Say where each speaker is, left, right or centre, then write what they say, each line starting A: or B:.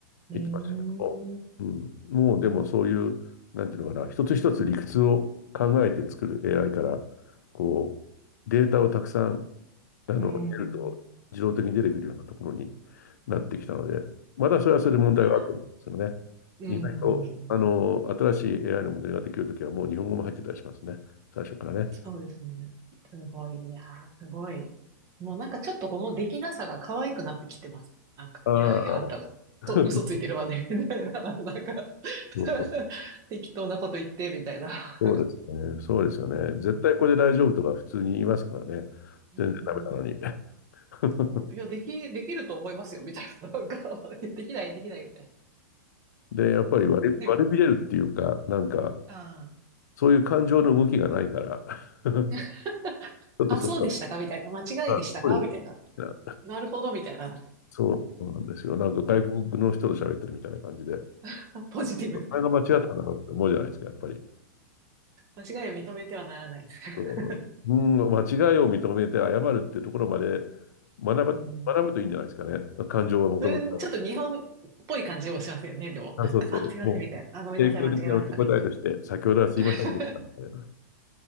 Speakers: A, on the right (about 35°); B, on the left (about 75°).
A: うん、
B: 行きましたけど、
A: う
B: うん、もうでもそういう、なんていうのかな、一つ一つ理屈を考えて作る AI から、こう、データをたくさん、あの、
A: ーん、
B: 入れると自動的に出てくるようなところに
A: うん
B: なってきたので、まだそれはそれで問題はあると思うんですよね。
A: いや、うん、
B: 意外と、あの、新しい AI のモデルができるときはもう日本語も入ってたりしますね。最初からね。
A: そうですね。すごい、いやー、すごい。もうなんかちょっとこのできなさが可愛くなってきてます。なんか、
B: ああ、
A: いやいや、あんた、
B: <laughs>
A: と、嘘ついてるわね、みたいな。なんか <laughs>
B: そう
A: 適当なこと言って、みたいな。
B: そうですね。そうですよね。
A: うん
B: 絶対これで大丈夫とか普通に言いますからね。
A: うん、
B: 全然ダメなのに。<laughs>
A: そう、いや、でき、できると思いますよ、みたいな。なんか、いやできない、できない、みたい
B: で、やっぱり割れ、
A: な。でもね
B: 割れびれるっていうか、なんか、
A: あ
B: そういう感情の動きがないから、<laughs> ち
A: あ。<laughs>
B: ょっとそこ
A: あ、そうでしたかみたいな。間違いでしたかみたいな。
B: は、あ、そうですね。
A: なるほどみたいな。
B: そうそうなんですよ。なんか外国の人と喋ってるみたいな感じで、
A: <laughs> ポジティブ。
B: あれが間違ったんだろうって思うじゃないですか、やっぱり。
A: 間違いを認めてはならない。<laughs>
B: そう、うん、間違いを認めて謝るっていうところまで学ば、
A: うん。
B: 学ぶといいんじゃないですかね。感情はもともとだか
A: それ、ちょっと日本っぽい感じもしますよね。でも、
B: ら。
A: なんか、
B: あ、そうそう。
A: あ、すいません、
B: もう、
A: みたいな。あ、ごめんなさい、
B: 定型的な受け答えとして、
A: 間違えました、みたいな。
B: 先ほどはすいませんでした。
A: <laughs>
B: みたいな